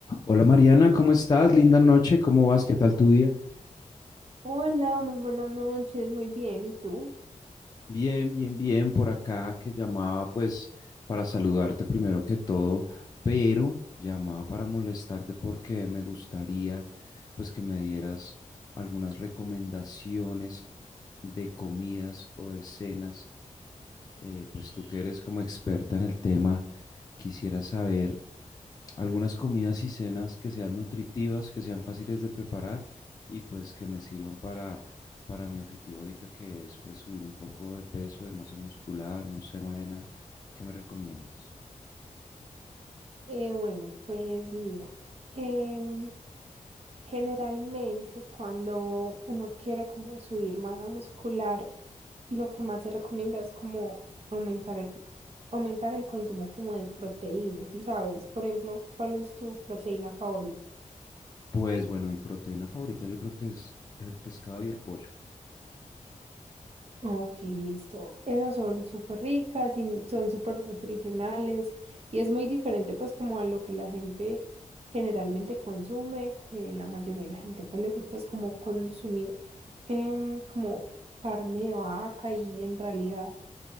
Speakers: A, on the left (about 30°); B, on the right (about 50°).
A: Hola Mariana, ¿cómo estás? Linda noche, ¿cómo vas? ¿Qué tal tu día?
B: Hola, muy buenas noches, muy bien. ¿Y tú?
A: Bien, bien, bien, por acá que llamaba pues para saludarte primero que todo, pero llamaba para molestarte porque me gustaría pues que me dieras algunas recomendaciones de comidas o de cenas. Eh, pues tú que eres como experta en el tema, quisiera saber algunas comidas y cenas que sean nutritivas, que sean fáciles de preparar y pues que me sirvan para, para mi objetivo ahorita que es pues subir un poco de peso, de masa muscular, no sé, Mariana, ¿qué me recomiendas?
B: Eh, bueno, pues mira, em, generalmente cuando uno quiere como subir masa muscular, lo que más se recomienda es como aumentar el, aumentar el consumo como de proteínas, ¿sí sabes? Por ejemplo, ¿cuál es tu proteína favorita?
A: Pues bueno, mi proteína favorita yo creo que es, el pescado y el pollo.
B: Ok, listo. Esas son súper ricas y m- son súper nutricionales y es muy diferente pues como a lo que la gente generalmente consume, que la mayoría de la gente pues les gusta es como consumir em, como carne de vaca y en realidad